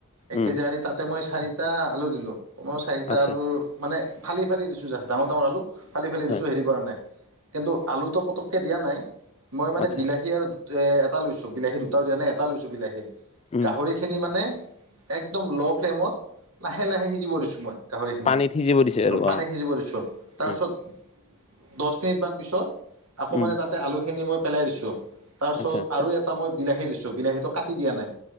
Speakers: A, on the right; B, on the left.
A: এক
B: উম,
A: কেজি আনি তাতে মই চাৰি টা আলু দিলো, মই চাৰিটা
B: আচ্ছা।
A: আলু মানে ফালি- ফালি দিছো জাষ্ট, ডাঙৰ ডাঙৰ আলু ফালি- ফালি ৰুইছো
B: হয়,
A: হেৰি কৰা নাই, কিন্তু আলুটো পতককে দিয়া নাই। মই মানে
B: আচ্ছা।
A: বিলাহী আৰু দু এ এটা লৈছো, বিলাহী দুটাও দিয়া নাই এটা লৈছো বিলাহী,
B: উম,
A: গাহৰি খিনি মানে একদম ল' ফ্লেমত লাহে-লাহে সিজিব দিছোঁ মই। গাহৰিখিনি,
B: পানীত সিজিব দিছে আৰু
A: পানী
B: অ'।
A: সিজিব দিছোঁ। তাৰপিছত
B: উম,
A: দহ মিনিট মান পিছত আকৌ
B: উম,
A: মানে তাতে আলু খিনি মই পেলাই দিছোঁ। তাৰপিছত
B: আচ্ছা।
A: আৰু
B: অ
A: এটা মই বিলাহী দিছোঁ, বিলাহীটো কাটি দিয়া নাই।